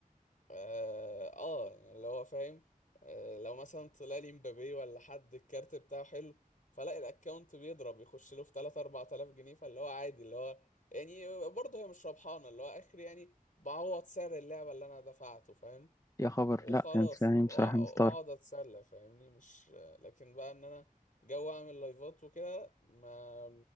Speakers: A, on the left; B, on the left.
A: اه, آه يعني اللي هو فاهم آه لو مثلا طلع لي مبابي ولا حد الكارت بتاعه حلو فلاقي الاكونت بيضرب يخش له في 3 4000 جنيه فاللي هو عادي اللي هو يعني برضه هي مش ربحانه اللي هو اخري يعني بعوض سعر اللعبه اللي انا دفعته فاهم
B: يا خبر
A: وخلاص
B: لا انا بس- يعني
A: وأ-
B: بصراحة
A: واقعد
B: مستغرب
A: اتسلى فاهمني مش لكن بقى ان انا جو اعمل لايفات وكده ما